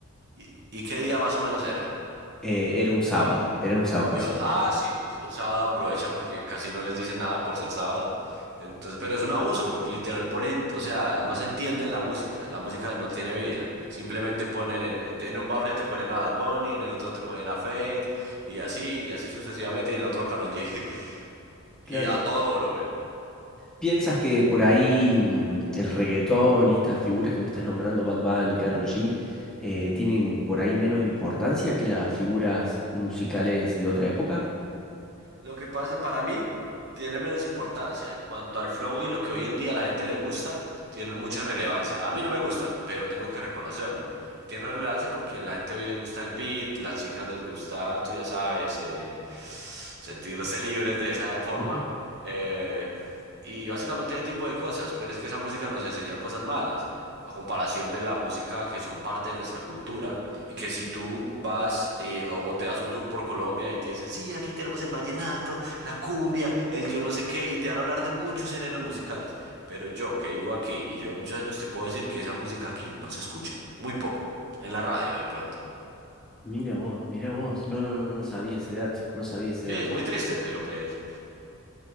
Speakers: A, on the right; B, in the centre.
A: ¿Y, y qué día más o menos era?
B: Eh, era un sábado, era un sábado,
A: Dios,
B: sí.
A: ah, sí, sí, un sábado aprovechan porque casi no les dicen nada por ser sábado. Entonces, pero es un abuso porque literal ponen, o sea, no se entiende la música, la música no tiene vida. Simplemente ponen, en, en un bafle te ponen a Bad Bunny, en el otro te ponen a Fate y así, y así sucesivamente, y en el otro a Karol G, <laughs>
B: Claro.
A: y a todo volumen.
B: ¿Piensas que por ahí mm, el reggaetón y estas figuras que me estás nombrando, Bad Bunny, Karol G, eh, tienen por ahí menos importancia que las figuras musicales de otra época?
A: Lo que pasa para mí tiene menos importancia. En cuanto al flow y lo que hoy en día a la gente le gusta, tienen mucha relevancia. A mí no me gustan, pero tengo que reconocerlo. Tiene relevancia porque a la gente hoy le gusta el beat, las chicas les gusta, tú ya sabes, eh, sentirse libres de esa forma
B: Ujú.
A: eh, y básicamente ese tipo de cosas, pero es que esa música nos enseña cosas malas a comparación de la música que son parte de nuestra cultura y que si tú vas eh, o te das un tour por Colombia y te dicen, sí, aquí tenemos el vallenato, la cumbia, el yo no sé qué, y te van a hablar de muchos géneros musicales, pero yo que vivo aquí y llevo muchos años te puedo decir que esa música aquí no se escucha, muy poco, en la radio de pronto.
B: Mira vos, mira vos. No, no, no, no sabía ese dato, no sabía ese
A: Sí,
B: dato,
A: es muy triste, pero pues